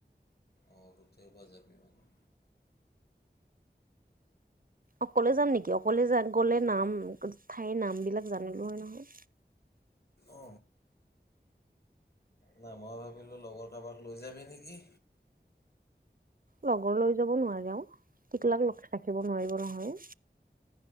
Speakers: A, on the left; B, on the right.
A: অ, গোটেইসোপা যাবি মানুহ
B: অকলে যাম নেকি, অকলে গলে নাম ঠাইৰ নাম বিলাক জানিলো হয় নহয়।
A: অ, নাই মই ভাবিলো, লগৰ কাৰোবাক লৈ যাবি নেকি।
B: লগৰ লৈ যাব নোৱাৰে অও, টিকলাক ৰখাই থব নোৱাৰিব নহয়।